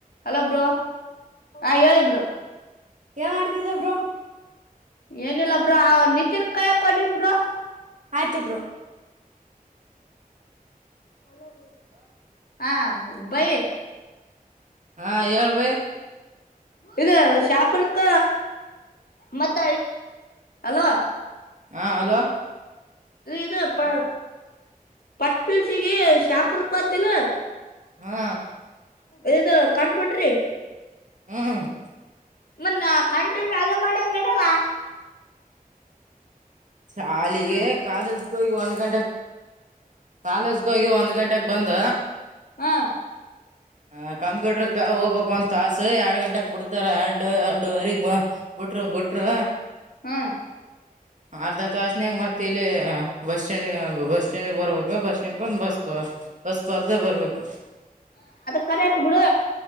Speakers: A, on the left; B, on the right.
A: Hello bro ಹಾ ಹೇಳಿಬರು
B: ಯಾವ ಮಾಡ್ತಿದಬ್ರು
A: ಏನಿಲ್ಲಬ್ರಾ ಆ ನಿತಿನ್ ಕಾಯಕ್ ಕೊಡಿಬ್ರ.
B: ಆಯ್ತಬ್ರು.
A: ಅಲೋಗ ರಸ್ಕ ಹಾ ಬೈ.
B: ಹಾ ಹೇಳೇಳ್ಬೇಕ
A: ಇ ಶಾಪುರ್ಕ್ಕ ಮತ್ತ ಅಲ್ವಾ
B: ಹಾ ಹಲೋ
A: ಈ ಇದು ಪ ಪಸ್ ಪೀಲ್ಸಿಗೆ ಶಾಪರ್ ಕತಿಲ್ಲ
B: ಹಾ
A: ಇದು ಕಂಪ್ಯೂಟರಿ.
B: ಹ್ಮ್
A: ಮನ್ನ ಕಂಟಿನ್ಯೂ ಅದ ಮಾಡಿ ಹಂಗಡಲ್ಲ
B: ಶಾಲೆಗೆ ಕಾಲ. ಕೊ ಒಂದು ಗಂಟೆ ಕಾಲೇಜ್ಗೆ ಹೋಗಿ ಒಂದ್ ಗಂಟೆಗೆ ಬಂದ.
A: ಹಾ.
B: ಹ ಕಂಪ್ಯೂಟರ್ ಹೋಗ್ಬೇಕಕ್ ಒಂತ ಆಸ ಎರಡು ಗಂಟಕ್ ಬಿಡ್ತಾರ ಎರಡು ಎರಡುುವರೆ ಬಿಟ್ರು ಬಿಟ್ರು
A: ಹಾ
B: ಅರ್ಧ ತಾಸನಯಾಗ ಮತ್ತ ಇಲ್ಲಿ ಹಾ ಬಸ್ ಸ್ಟಂಡ್ ಬಸ್ ಸ್ಟ್ಯಾಂಡ್ ಬರ್ಬೇಕ ಬಸ್ ಸ್ಟ್ಯಾಂಡ್ ಒಂದ್ ಬಸ್ ಬಸ್ ಪರ್ತೆ ಬರ್ಬೇಕ
A: ಕರ ಎಂಟು ಬುಡೋ